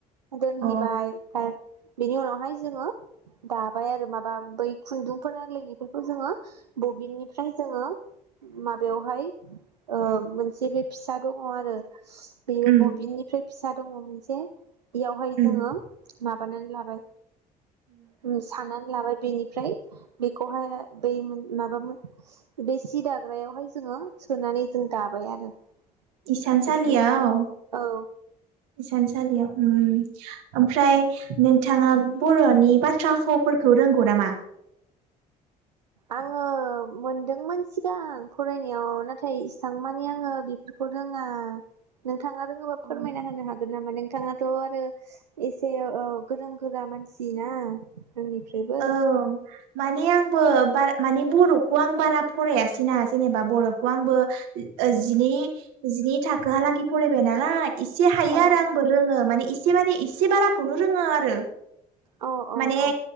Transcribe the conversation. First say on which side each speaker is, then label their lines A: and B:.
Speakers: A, on the right; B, on the right.
A: दोनहैबाय
B: अ
A: ओमफ्राय बेनि उनावहाय जोंङो दाबाय आरो माबा बै खुन्दुंफोर आग्लायनायफोरखौ जोंङो ब बिनि फ्राय जोंङो माबायावहाय ओ मोनसे बे फिसा दंङ आरो बेयो
B: उम
A: बबेनिफ्राय फिसा दंङ मोनसे बेयावहाय
B: उम
A: जोंङो माब बानान लाबाय उम साननानै लाबाय बेनि फ्राय बेखौहाय दैमोन माबामो बे सि दाग्रायावहाय जोंङो सोनानै जों दाबाय आरो।
B: इसानसालियाव
A: बिदिनो दायो औ
B: इसानसालियाव उम ओमफ्राय नोंथांङा बर'नि बाथ्रा खावफोरखौ रोंगौ नामा?
A: आंङो मोनदोंमोन सिगां फरायनायाव नाथाय इसेबां मानि आंङो बेफोरखौ रोंङा नों थांङा रोंङोबा
B: अ,
A: फोरमायना होनो हाग गोन नामा नोंथाङाथ' आरो एसे गोरों गोरा मानसि ना आंनिफ्रायबो
B: औ माने आंबो बार माने बर'खौ आं बारा फरायासैना जेनेबा बर'खौ आंबो ओ जिनि जिनि थाखोहालागि फरायबाय नालाय इसे हायो
A: औ
B: आरो आंबो रोङो माने इसे माने इसे बाराखौनो रोङो आरो।
A: औ
B: माने
A: औ